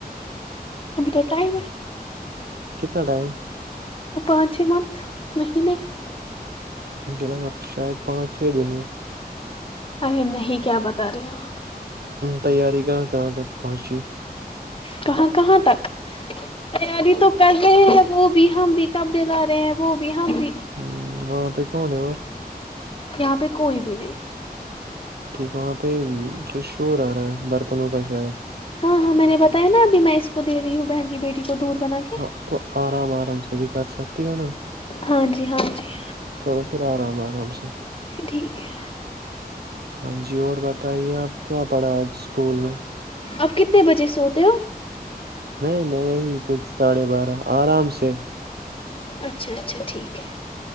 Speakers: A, on the left (about 35°); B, on the right (about 80°).
A: ابھی تو ٹائم ہے
B: کتنا ٹائم
A: پانچ چ منتھ مہینے
B: مجھے لگا شاید پانچ چھ دن ہیں
A: ارے نہیں کیا بتا رہے ہو آپ
B: تیاری کا اں گت پہنچی
A: کہاں کہاں تک تیاری تو کر رہے ہیں وہ بھی ہم بھی کپ ڈلا رہے ہیں وہ بھی ہم بھی
B: ہ وہاں پہ کوومنے اور
A: یہاں پہ کوئی بھی نہیں ہے
B: ٹھیک وہاں پہ کچھ شور آ رہا ہے برتنوں کا شاید
A: ہاں ہاں میں نے بتایا نا ابھی میں اس کو دے رہی ہوں بہن کی بیٹی کو دودھ بنا کے
B: ہاں تو آرام آر آرام سے بھی کر سکتے نا
A: ہاں جی ہاں جی
B: کرو پھر آرام آ آرام سے
A: ٹھیک ہے
B: ہاں جی جی اور بتائیے اب کیا پڑھا آج اسکول میں
A: اب کتنے بجے سوتے ہو
B: نہیں میں یہی کچھ ساڑھے بارہ آرام سے
A: اچھا اچھا ٹھیک ہے